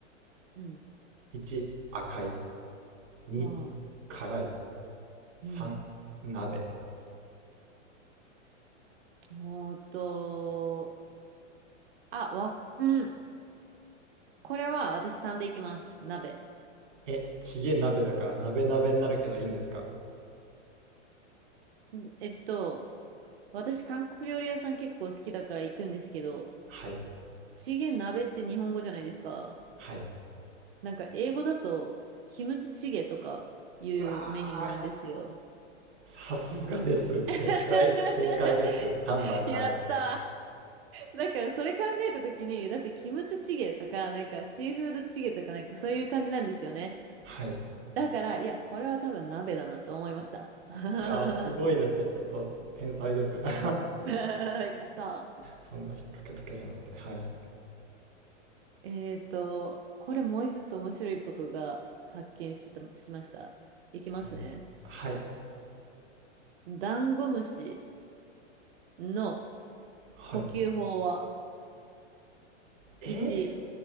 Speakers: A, on the right; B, on the right.
A: うん。
B: う ?1、赤い。2、
A: はあ。
B: 辛い。3、
A: うん。
B: 鍋。
A: ほーと、あ、わ、うん。これは私さんでいきます。鍋。
B: え、チゲ鍋だから鍋鍋になるけどいいんですか
A: うんえっと、私韓国料理屋さん結構好きだから行くんですけど、
B: はい。
A: チゲ鍋って日本語じゃないですか。
B: はい。
A: なんか英語だとキムチチゲとかいうメニューなんですよ。
B: うわー、さすがです。正解、
A: <laughs>
B: 正解です。3番鍋。
A: やったー。だからそれ考えた時に、だってキムチチゲとか、なんかシーフードチゲとかなんかそういう感じなんですよね。
B: はい。
A: だから、いや、これは多分鍋だなと思いました。<laughs>
B: いやー、すごいですね。ちょっと天才です。<laughs>
A: <laughs> やったー。
B: そんな引っ掛けとけるなんて。はい。
A: えっと、これもう一つ面白いことが発見した、しました。いきますね。
B: おはい。
A: ダンゴムシの
B: はい。
A: 呼吸法は
B: えー
A: 1、